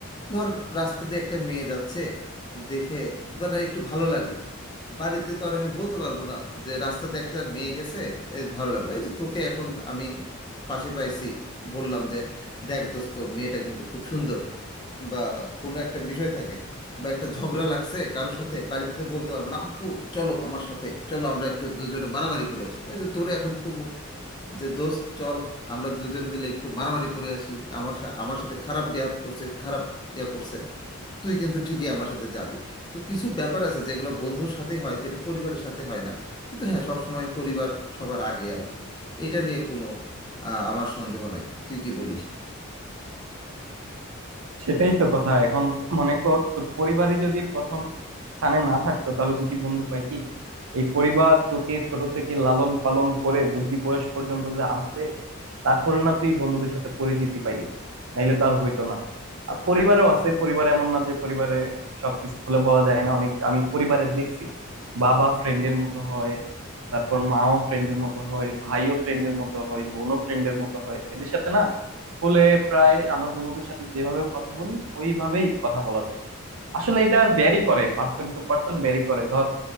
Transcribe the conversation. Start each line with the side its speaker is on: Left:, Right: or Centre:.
Left: ধর রাস্তা দিয়ে একটা মেয়ে যাচ্ছে দেখে মানে একটু ভালো লাগলো বাড়িতে তো আর আমি বলতে পারবো না যে রাস্তাতে একটা মেয়ে গেছে এই ভালো লাগলো এই যে তোকে এখন আমি পাশে পাইছি বললাম যে দেখ দোস্ত মেয়েটা কিন্তু খুব সুন্দর বা কোনো একটা বিষয় থাকে বা একটা ঝগড়া লাগছে কারোর সাথে বাড়িতে তো বলতে পারবো না আব্বু চলো আমার সাথে চলো আমরা একটু দুজনে মারামারি করে আসি এই যে তোরে এখন কমু যে দোস্ত চল আমরা দুজন মিলে একটু মারামারি করে আসি আমার সা- আমার সাথে খারাপ ব্যবহার করছে খারাপ ইয়া করছে তুই কিন্তু ঠিকই আমার সাথে যাবি তো কিছু ব্যাপার আছে যেগুলো বন্ধুর সাথেই হয় যেটা পরিবারের সাথে হয় না কিন্তু হ্যাঁ সব সময় পরিবার সবার আগে আর কি এটা নিয়ে কোনো আহ, আমার সন্দেহ নাই তুই কি বলিস
Right: সেটাই তো কথা এখন মনে কর তোর পরিবারই যদি প্রথম স্থানে না থাকতো তাহলে তুই কি বন্ধু পাইতি এই পরিবার তোকে ছোট থেকে লালন পালন করে বুদ্ধি বয়স পর্যন্ত যে আনছে তারপর না তুই বন্ধুদের সাথে পরিচিতি পাইলি নাইলে তো আর হইতো না আর পরিবারও আছে পরিবার এমন না যে পরিবারে সবকিছু খুলে বলা যায় না অনেক আমি পরিবারে দেখছি বাবা ফ্রেন্ডের মতো হয় তারপর মাও ফ্রেন্ডের মতো হয় ভাইও ফ্রেন্ডের মতো হয় বোনও ফ্রেন্ডের মতো হয় এদের সাথে না স্কুলে প্রায় আমরা বন্ধুদের সাথে যেভাবে কথা বলি ওইভাবেই কথা বলা যায় আসলে এটা ভ্যারি করে পার্সন টু পার্সন ভ্যারি করে ধর